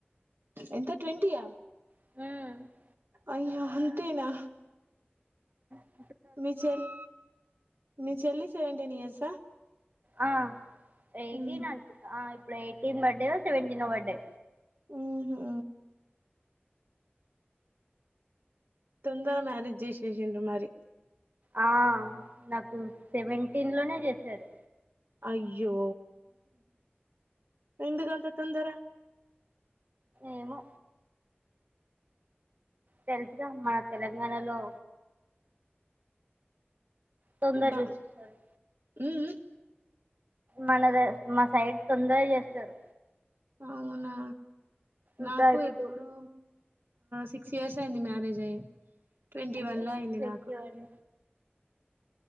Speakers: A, on the right (about 70°); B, on the right (about 45°).
A: ఎంత ట్వంటీయా?
B: హలో
A: అయ్యో అంతేనా?
B: హ
A: మీ చెల్ మీ చెల్లి సెవెంటీన్ ఇయర్సా?
B: ఆ ఎయిటీన్
A: మ్మ్
B: అనుకుంటా ఇప్పుడు ఎయిటీన్ బర్త్డే సెవెంటీన్ బర్త్డే.
A: ఓహో తొందర మ్యారేజ్ చేసేసిండు మరి
B: ఆ నాకు సెవెంటీన్ లోనే చేశారు.
A: అయ్యో! ఎందుకు అంత తొందర?
B: ఏమో తెలుసుగా మన తెలంగాణలో తొందర
A: బా
B: చేసేస్తారు
A: మ్ మ్ హు
B: మనద మా సైడ్ తొందరగా చేస్తారు.
A: అవునా
B: ఇంకా
A: నాకు
B: ఇప్పుడు
A: ఎప్పుడో సిక్స్ ఇయర్స్ అయింది మ్యారేజ్ అయ్యి ట్వంటీ
B: అంటే
A: వన్ లో అయింది
B: ట్వంటీ
A: నాకు.
B: వన్